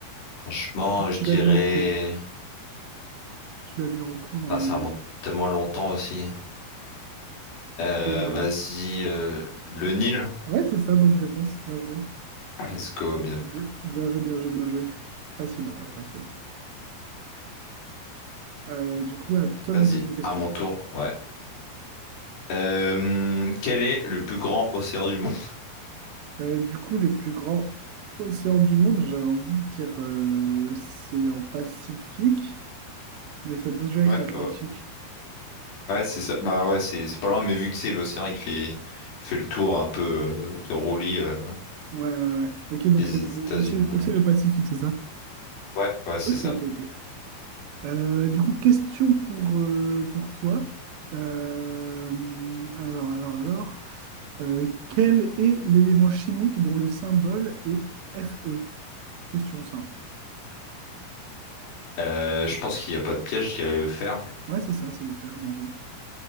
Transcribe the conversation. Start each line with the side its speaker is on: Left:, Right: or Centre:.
Left: Franchement,
Right: Tu, tu
Left: je dirais
Right: l'as vu en cours. Tu l'as vu en cours normalement.
Left: ah, ça remonte tellement longtemps aussi. Euh,
Right: Tu peux l'avoir.
Left: vas-y, euh, le Nil.
Right: Ouais, c'est ça, bonne réponse. Bien joué.
Left: Ah, Let's go, bien.
Right: Bien,
Left: vu.
Right: bien joué, bien joué, bien joué. Facile, en vrai, facile. Euh, du coup, à toi
Left: Vas-y,
Right: de me poser une question.
Left: à mon tour. Ouais. Euh, quel est le plus grand océan du monde?
Right: Euh, du coup, le plus grand océan du monde, j'avais envie de dire euh, l'océan Pacifique, mais ça doit se jouer avec
Left: Ouais,
Right: l'Atlantique.
Left: ouais, ouais, c'est ça. Bah ouais, c'est c'est pas loin, mais vu que c'est l'océan, il fait il fait le tour un peu. euh, il relie euh,
Right: Ouais, ouais, ouais. Ok, donc
Left: les
Right: c'est
Left: États-Unis
Right: donc, donc c'est donc c'est
Left: et tout.
Right: le Pacifique, c'est ça?
Left: Ouais, ouais, c'est
Right: Ok,
Left: ça.
Right: ok, ok. Euh, du coup, question pour, euh, pour toi. Euh, alors, alors, alors. Euh, quel est l'élément chimique dont le symbole est Fe? Question simple.
Left: Euh, je pense qu'il n'y a pas de piège, je dirais le fer.
Right: Ouais, c'est ça, c'est le fer, bien joué.